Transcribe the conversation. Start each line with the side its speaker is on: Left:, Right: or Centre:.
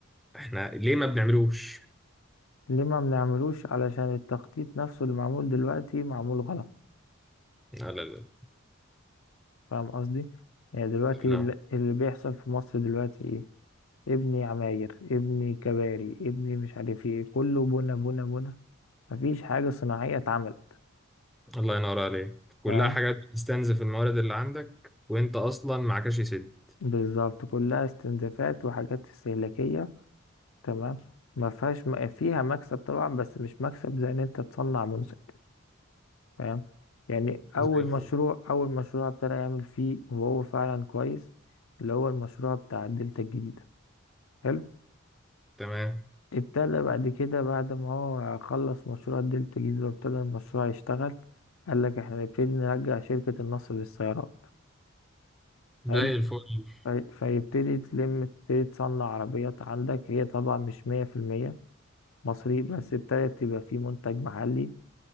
Centre: احنا ليه ما بنعملوش؟
Left: ليه ما بنعملوش علشان التخطيط نفسه اللي معمول دلوقتي معمول غلط
Centre: لا لا لا
Left: فاهم قصدي يعني دلوقتي
Centre: لا.
Left: ال- اللي بيحصل في مصر دلوقتي ايه ابني عماير ابني كباري ابني مش عارف ايه كله بنا بنا بنا مفيش حاجة صناعية اتعملت
Centre: الله ينور عليك كلها
Left: فاهم
Centre: حاجات بتستنزف الموارد اللي عندك وانت اصلا معكش سد
Left: بالظبط كلها استنزافات وحاجات استهلاكية تمام ما فيهاش م- فيها مكسب طبعا بس مش مكسب زي ان انت تصنع منتج فاهم يعني اول
Centre: زي الفل
Left: مشروع اول مشروع ابتدى يعمل فيه وهو فعلا كويس اللي هو المشروع بتاع الدلتا الجديدة حلو
Centre: تمام
Left: ابتدى بعد كده بعد ما هو خلص مشروع دلتا جيزة وابتدى المشروع يشتغل قال لك احنا نبتدي نرجع شركة النصر للسيارات
Centre: زي
Left: حلو
Centre: الفل
Left: في- فيبتدي تلم تبتدي تصنع عربيات عندك هي طبعا مش مية في المية مصري بس ابتدت تبقى في منتج محلي